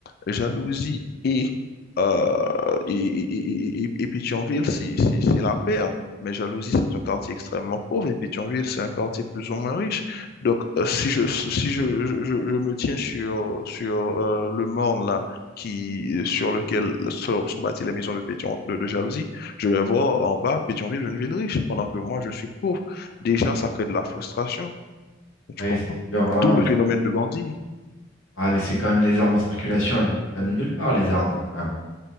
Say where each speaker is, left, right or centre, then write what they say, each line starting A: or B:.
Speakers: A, on the left (about 50°); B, on the left (about 75°).
A: Jalousie et, euh, et, et, et, et- et Pétionville, c'est c'est- c'est la paire. Mais Jalousie, c'est un quartier extrêmement pauvre et Pétionville, c'est un quartier plus ou moins riche. Donc, euh, si je, si je, je, je- je me tiens sur, sur euh, le morne là, qui, sur lequel sont sont bâties les maisons de, Pétion, de de Jalousie, je vais voir en bas Pétionville, une ville riche, pendant que moi, je suis pauvre. Déjà, ça crée de la frustration.
B: Oui,
A: Tu comprends?
B: c'est sûr. Ah,
A: D'où
B: non,
A: le
B: mais
A: phénomène
B: c'est sûr.
A: de bandit.
B: Ah, mais c'est quand même les armes en circulation, elles viennent pas de nulle part, les armes, quand même.